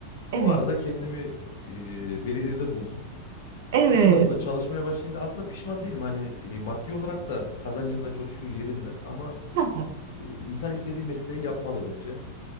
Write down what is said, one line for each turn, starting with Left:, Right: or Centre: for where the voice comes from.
Right: evet,
Left: O arada kendimi eee, belediyede buldum
Right: evet.
Left: ve sonrasında çalışmaya başlayınca aslında pişman değilim. Hani e, maddi olarak da kazancım da çok şükür yerinde ama
Right: Ha,
Left: e, insan istediği mesleği yapmalı bence.